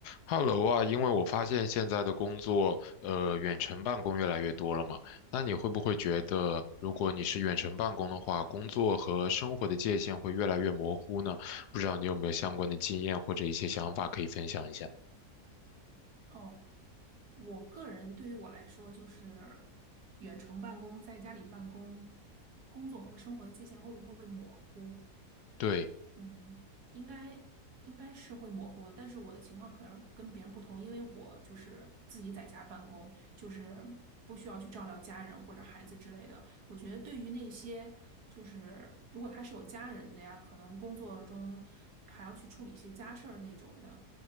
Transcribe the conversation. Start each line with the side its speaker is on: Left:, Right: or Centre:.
Left: Hello 啊，因为我发现现在的工作，呃，远程办公越来越多了嘛，那你会不会觉得，如果你是远程办公的话，工作和生活的界限会越来越模糊呢？不知道你有没有相关的经验或者一些想法可以分享一下？
Right: 哦，我个人对于我来说，就是远程办公，在家里办公，工作和生活的界限会不会模糊？
Left: 对。
Right: 嗯，应该应该是会模糊的，但是我的情况可能跟别人不同，因为我就是自己在家办公，就是不需要去照料家人或者孩子之类的。我觉得对于那些就是如果他是有家人的呀，可能工作中还要去处理一些家事儿那种的，